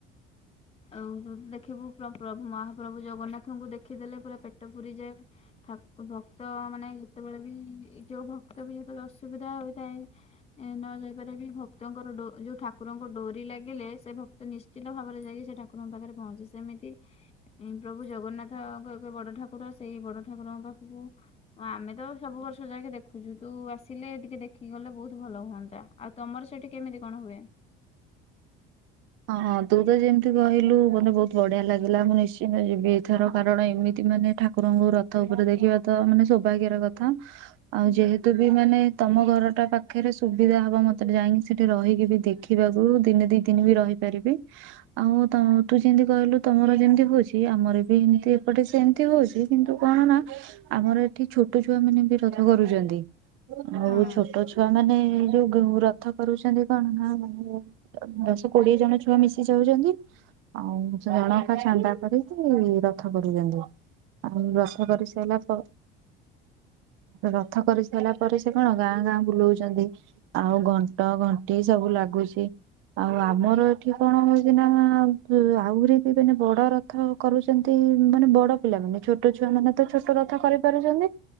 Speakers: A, on the right; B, on the left.
A: <inaudible>
B: ଆଉ ଦେଖିବୁ ପ୍ର-ପ୍ରଭୁ ମହାପ୍ରଭୁ ଜଗନ୍ନାଥଙ୍କୁ ଦେଖିଦେଲେ ପୁରା ପେଟ ପୁରିଯାଏ ଠା ଭକ୍ତ ମାନେ ଯେତେବେଳେ ବି ଯୋଉ ଭକ୍ତ ବି ଯେତେବେଳେ ଅସୁବିଧା ହୋଇଥାଏ। ଏଁ ନ ଯାଇପାରେ ବି ଭକ୍ତଙ୍କର ଡୋ ଯୋଉ ଠାକୁରଙ୍କ ଡୋରି ଲାଗିଲେ। ସେ ଭକ୍ତ ନିଶ୍ଚିତ ଭାବରେ ଯାଇକି ସେ ଠାକୁରଙ୍କ ପାଖରେ ପହଞ୍ଚେ ସେମିତି ଉଁ ପ୍ରଭୁ ଜଗନ୍ନାଥଙ୍କ। ବଡ ଠାକୁର ସେଇ ବଡ ଠାକୁରଙ୍କ ପାଖକୁ ଆମେ ତ ସବୁ ବ ଯାଇକି ଦେଖୁଛୁ ତୁ ଆସିଲେ ଟିକେ ଦେଖି ଗଲେ ବହୁତ ଭଲ ହୁଅନ୍ତା ଆଉ ତମର ସେଠି କେମିତି କଣ ହୁଏ?
A: ହଁ ହଁ ତୁ ତ ଯେମିତି କହିଲୁ ମତେ ବହୁତ ବଢିଆ ଲାଗିଲା ମୁଁ ନିଶ୍ଚିନ୍ତ ଯିବି ଏଥର କାରଣ ଏମିତି। ମାନେ ଠାକୁରଙ୍କୁ ରଥ ଉପରେ ଦେଖିବା ତ ମାନେ ସୌଭାଗ୍ୟର କଥା। ଆଉ
B: ହୁଁ
A: ଯେହେତୁ ବି ମାନେ ତମ ଘର। ଟା ପାଖରେ ସୁବିଧା ହବ ମତେ ଯାଇଁକି ସେଠି ରହିକି ବି ଦେଖିବାକୁ ଦିନେ ଦି ଦିନ ବି ରହି ପାରିବି ଆଉ ତ ତୁ ଯେମିତି କହିଲୁ ତମର ଯେମିତି ହଉଛି ଆମର ବି ଏମିତି ଏପଟେ ସେମିତି। ହଉଛି କିନ୍ତୁ କଣ ନା ଆମର ଏଠି ଛୋଟ ଛୁଆ ମାନେ ବି ରଥ କରୁଛନ୍ତି। ଆଉ
B: ହଁ
A: ଛୋଟ ଛୁଆ ମାନେ ଏଇ ଯୋଉ ଗୁ ରଥ କରୁଛନ୍ତି କଣ ନା ମାନେ ଦଶ କୋଡିଏ ଜଣ ଛୁଆ ମିଶି ଯାଉଛନ୍ତି। ଆଉ ସେ ଜଣକା ଚାନ୍ଦା କରିକି ରଥ କରୁଛନ୍ତି। ଆଉ ରଥା କରି ସାରିଲା ପ ରଥ କରି ସାରିଲା ପରେ ସେ କଣ ଗାଁ ଗାଁ ବୁଲଉଛନ୍ତି ଆଉ ଘଣ୍ଟ। ଘଣ୍ଟି ସବୁ ଲାଗୁଛି ଆଉ ଆ ଆମର ଏଠି କଣ ହଉଛି ନା କଣ ବ ଆହୁରି ବି ମାନେ ବଡ ରଥ କରୁଛନ୍ତି ମାନେ ବ ବଡ ପିଲାମାନେ ଛୋଟ ଛୁଆ ମାନେ ତ ଛୋଟ ରଥ କରି ପାରୁଛନ୍ତି